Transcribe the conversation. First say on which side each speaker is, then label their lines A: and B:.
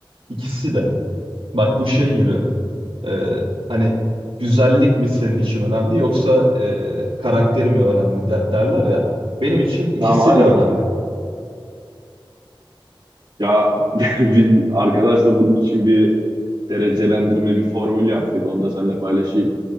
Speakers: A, on the right (about 80°); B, on the right (about 60°).
A: ikisi de bak bu şey gibi. Ee, hani güzellik mi senin için önemli yoksa e, karakteri mi önemli de- derler ya. Benim için ikisi
B: Tamam aynen.
A: de önemli.
B: Ya <laughs> biz arkadaşla bunun için bir derecelendirme bir formül yaptık. Onu da seninle paylaşayım.